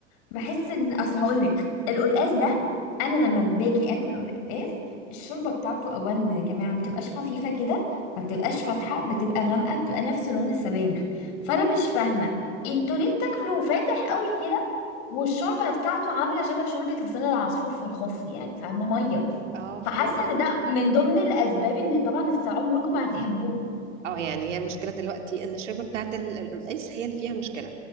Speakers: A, on the left; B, on the right.
A: بحس ان اصل هقول لك القلقاس ده انا لما باجي اكل قلقاس الشوربه بتاعته اولا يا جماعه ما بتبقاش خفيفه كده ما بتبقاش فاتحه بتبقى غامقه بتبقى نفس لون السبانخ فانا مش فاهمه انتوا ليه بتاكلوا فاتح قوي كده والشوربه بتاعته عامله شبه شوربه لسان العصفور في الخف يعني فاهمه ميه
B: اه فهمتك
A: فحاسه ان ده من ضمن الاسباب ان طبعا عمركم ما هتحبوه
B: اه يعني هي المشكلة دلوقتي ان الشوربة بتاعة ال- ال- القلقاس هي اللي فيها مشكلة